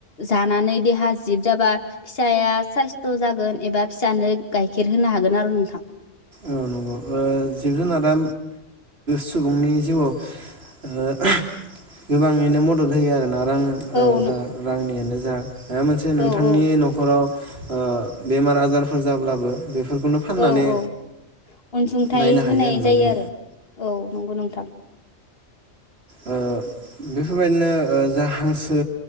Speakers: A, on the left; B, on the right.
A: जानानै देहा जिब जाबा फिसाया साइस्थ' जागोन एबा फिसानो गाइखेर होनो हागोन आरो नोंथां।
B: औ नंगौ ओ जिब जुनारा सुबुंनि जिउआव ओ गोबाङैनो मदद होयो आरोना? रां
A: औ
B: ओ
A: नो
B: जा रांनियानो जा माबा मोनसे नोंथांनि
A: औ औ
B: न'खराव ओ बेमार आजारफोर जाब्लाबो बेफोरखौनो फाननानै
A: औ औ अनसुंथाइ
B: नायनो हायो
A: होनाय
B: आरोना
A: जायो
B: जों
A: आरो, औ नंगौ नोंथां।
B: ओ बेफोरबायदिनो ओ जा हांसो